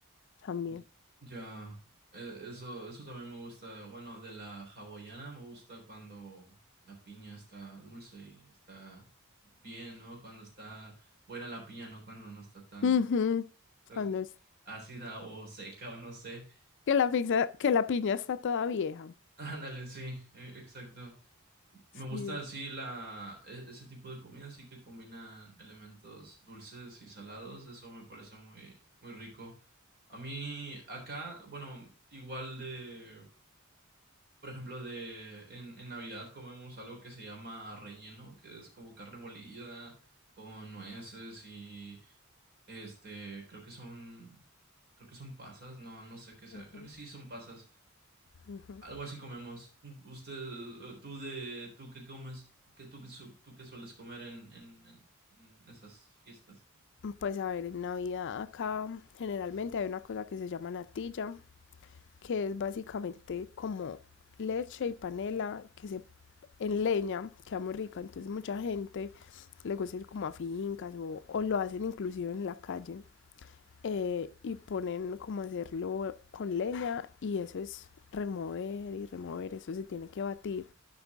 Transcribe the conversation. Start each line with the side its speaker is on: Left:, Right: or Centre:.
Left: también.
Right: Y- Ya, e- eso, eso también me gusta. Bueno, de la hawaiana me gusta cuando la piña está dulce y está bien, ¿no? Cuando está buena la piña, ¿no? Cuando no está tan
Left: Ujú,
Right: eh,
Left: Cuando es
Right: ácida o seca o no sé. <laughs>
Left: que la pizza, que la piña está toda vieja.
Right: Ándale, sí, e- exacto. Me
Left: Sí.
Right: gusta así la, e- ese tipo de comida, así que combinan elementos dulces y salados. Eso me parece muy, muy rico. A mí acá, bueno, igual de Por ejemplo, de en, en Navidad comemos algo que se llama relleno, que es como carne molida con nueces y este, creo que son, creo que son pasas, no, no sé qué sea,
Left: Ujú,
Right: creo que sí son pasas,
Left: ujú.
Right: algo así comemos. Usted, eh, tú de, tú qué comes, que tú, qué su- tú qué sueles comer en, en, en en esas fiestas.
Left: Pues a ver, en Navidad acá generalmente hay una cosa que se llama natilla, que es básicamente como leche y panela que se en leña, queda muy rica, entonces mucha gente le gusta ir como a fincas o, o lo hacen inclusive en la calle eh, y ponen como hacerlo con leña y eso es remover y remover, eso se tiene que batir